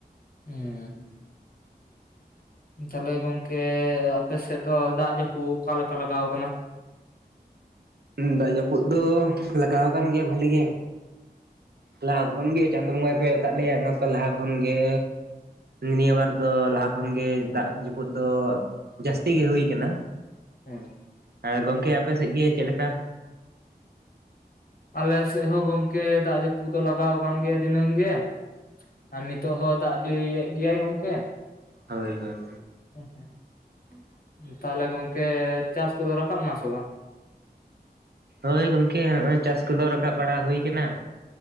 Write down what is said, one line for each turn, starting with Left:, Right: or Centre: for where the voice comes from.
Left: ᱦᱮᱸ ᱛᱟᱦᱞᱮ ᱜᱚᱝᱠᱮ ᱟᱯᱮ ᱥᱮᱫ ᱫᱚ ᱫᱟᱜ ᱡᱟᱹᱯᱩ ᱚᱠᱟ ᱞᱮᱠᱟ ᱞᱟᱜᱟᱣ ᱟᱠᱟᱱᱟ᱾
Right: ᱫᱟᱜ ᱡᱟᱯᱩᱫ ᱫᱚ ᱞᱟᱜᱟᱣ ᱟᱠᱟᱱ ᱜᱮᱭᱟ ᱵᱷᱟᱞᱤ ᱜᱮ᱾ ᱞᱟᱦᱟ ᱠᱷᱚᱱᱜᱮ ᱪᱟᱸᱫᱚ ᱵᱚᱸᱜᱟᱭ ᱠᱚᱭᱚᱜ ᱠᱟᱜ ᱞᱮᱭᱟ ᱚᱱᱟᱛᱮ ᱞᱟᱦᱟ ᱠᱷᱚᱱᱜᱮ, ᱱᱤᱭᱟᱹ ᱵᱟᱨ ᱫᱚ ᱞᱟᱦᱟ ᱠᱷᱚᱱ ᱜᱮ ᱫᱟᱜ ᱡᱟᱹᱯᱩᱫ ᱫᱚ ᱡᱟᱥᱛᱤ ᱜᱮ ᱦᱩᱭ ᱠᱟᱱᱟ᱾
Left: ᱦᱮᱸ
Right: ᱦᱮᱸ ᱜᱚᱢᱠᱮ ᱟᱯᱮ ᱥᱮᱡ ᱜᱮ ᱪᱮᱫ ᱞᱮᱠᱟ?
Left: ᱟᱞᱮ ᱥᱮᱡ ᱦᱚᱸ ᱜᱚᱢᱠᱮ ᱫᱟᱜ ᱡᱟᱹᱯᱩᱫ ᱫᱚ ᱞᱟᱜᱟᱣ ᱟᱠᱟᱱ ᱜᱮᱭᱟ ᱫᱤᱱᱟᱹᱢ ᱜᱮ᱾ ᱟᱨ ᱱᱤᱛᱚᱜ ᱦᱚᱸ ᱫᱟᱜ ᱡᱟᱹᱲᱤᱭᱮᱜ ᱜᱮᱭᱟᱭ ᱜᱚᱝᱠᱮ᱾
Right: ᱦᱳᱭ ᱦᱳᱭ
Left: ᱦᱮᱸ ᱦᱮᱸ ᱛᱟᱦᱞᱮ ᱜᱚᱝᱠᱮ ᱪᱟᱥ ᱠᱚᱫᱚ ᱨᱟᱠᱟᱵ ᱮᱱᱟ ᱥᱮ ᱵᱟᱝ?
Right: ᱦᱳᱭ ᱜᱚᱝᱠᱮ ᱱᱚᱜ-ᱚᱭ ᱪᱟᱥ ᱠᱚᱫᱚ ᱨᱟᱠᱟᱵ ᱵᱟᱲᱟ ᱦᱩᱭ ᱠᱟᱱᱟ᱾